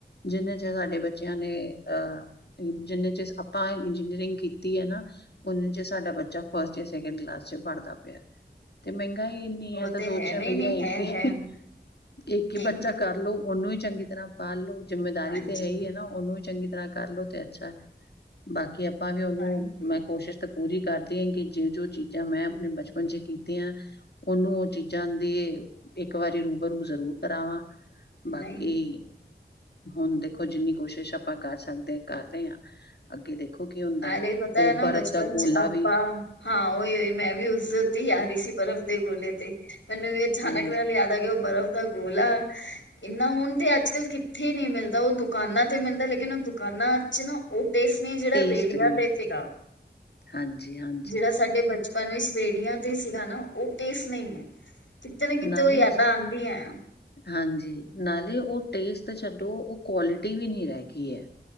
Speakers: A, on the left; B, on the left.
A: ਜਿੰਹੇ ਚ' ਸਾਡੇ ਬੱਚਿਆਂ ਨੇ ਅਹ ਜਿੰਨੇ ਚ' ਆਪਾਂ ਇੰਜੀਨੀਅਰਿੰਗ ਕੀਤੀ ਹੈ ਨਾ। ਓਨੇ ਚ' ਸਾਡਾ ਬੱਚਾ ਫਸਟ ਜਾਂ ਸੈਕਿੰਡ ਕਲਾਸ ਚ' ਪੜਦਾ ਪਿਆ। ਤੇ ਮਹਿੰਗਾਈ ਇੰਨੀ
B: ਉਹ
A: ਐ ਤਾਂ
B: ਤੇ
A: ਸੋਚ
B: ਹੈ
A: ਰਿਆ
B: ਨਹੀਂ
A: ਬਈਆ
B: ਨਹੀਂ
A: ਇੱਕ
B: ਹੈ
A: ਹੀ
B: ਹੈ
A: ਇੱਕ
B: ਨਹੀਂ
A: ਈ ਬੱਚਾ ਕਰਲੋ, ਉਹਨੂੰ ਈ ਚੰਗੀ ਤਰ੍ਹਾਂ ਪਾਲ ਲੋੋ ਜਿੰਮੇਦਾਰੀ
B: ਹਾਂਜੀ
A: ਤੇ ਹੈ ਈ ਏ ਨਾ ਉਹਨੂੰ ਈ ਚੰਗੀ ਤਰਾਂ ਕਰਲੋ ਤੇ ਅੱਛਾ ਐ। ਬਾਕੀ ਆਪਾਂ ਵੀ ਓਨੂੰ
B: ਹਾਂਜੀ
A: ਮੈਂ ਕੋਸ਼ਿਸ਼ ਤਾਂ ਪੂਰੀ ਕਰਦੀ ਆ ਕਿ ਜੋੇ- ਜੋ ਚੀਜ਼ਾਂ ਮੈਂ
B: ਹਮ
A: ਆਪਣੇ ਬਚਪਨ ਚ' ਕੀ ਆਂ ਓਨੂੰ ਉਹ ਚੀਜ਼ਾਂ ਦੇ। ਇੱਕ ਵਾਰੀ ਰੂ ਬਰੂ ਜ਼ਰੂਰ ਕਰਾਵਾਂ, ਬਾਕੀ
B: ਨਹੀਂ
A: ਹੁਣ ਦੇਖੋ ਜਿੰਨੀ ਕੋਸ਼ਿਸ਼ ਆਪਾਂ ਕਰ ਸਕਦੇ ਆਂ ਕਰ ਰਏ ਆਂ। ਅੱਗੇ ਦੇਖੋ ਕੀ ਹੁੰਦਾ
B: ਨਾਲੇ
A: ਐ।
B: ਪਤਾ
A: ਓ
B: ਹੈ ਨਾ
A: ਬਰਫ਼
B: ਬਚਪਨ
A: ਦਾ
B: ਚ
A: ਗੋਲਾ
B: ਆਪਾਂ
A: ਵੀ
B: ਹਾਂ ਓਈ- ਉਈ ਮੈਂ ਵੀ ਉਸਦੇ ਉਤੇ ਈ ਆ ਰਹੀ ਸੀ ਬਰਫ਼ ਦੇ ਗੋਲੇ ਤੇ ਈ। ਮੈਨੂੰ ਵੀ ਅਚਾਨਕ
A: ਹਾਂਜੀ
B: ਨਾਲ ਯਾਦ ਆ ਗਿਆ ਉਹ ਬਰਫ਼ ਦਾ ਗੋਲਾ ਇੰਨਾ ਹੁਣ ਤੇ ਅੱਜ-ਕੱਲ ਕਿੱਥੇ ਨਈ ਮਿਲਦਾ ਉਹ ਦੁਕਾਨਾਂ ਤੇ ਮਿਲਦਾ ਲੇਕਿਨ ਉਹ ਦੁਕਾਨਾਂ ਚ' ਨਾ ਉਹ ਟੇਸਟ ਨਈ, ਜਿਹੜਾ
A: ਟੇਸਟ
B: ਰੇੜੀਆ
A: ਨਹੀਂ
B: ਤੇ
A: ਹੈ
B: ਸੀਗਾ।
A: ਹਾਂਜੀ ਹਾਂ।
B: ਜਿਹੜਾ ਸਾਡੇ ਬਚਪਨ ਵਿੱਚ ਰੇੜੀਆਂ ਤੇ ਸੀਗਾ ਨਾ ਉਹ ਟੇਸਟ ਨਈ, ਐ ਕਿਤੇ ਨਾ ਕਿਤੇ
A: ਨਾਲੇ
B: ਓ ਯਾਦਾਂ
A: ਜ
B: ਆਂਦੀਆਂ ਐ।
A: ਹਾਂਜੀ, ਨਾਲੇ ਉਹ ਟੇਸਟ ਛੱਡੋ ਉਹ ਕੁਆਲਿਟੀ ਵੀ ਨਈ ਰਹਿ ਗਈ ਐ।